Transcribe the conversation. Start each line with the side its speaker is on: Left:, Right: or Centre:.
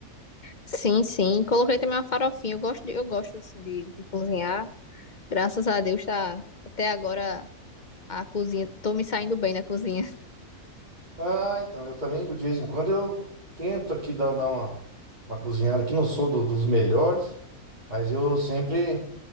Left: Sim, sim. Coloquei também uma farofinha. Eu gosto, de- eu gosto assim de, de cozinhar. Graças a Deus, tá até agora a cozinha. Tô me saindo bem na cozinha.
Right: Ah, então, eu também, de vez em quando, eu tento aqui dar, dar uma, uma cozinhada, que não sou do- dos melhores, mas eu sempre,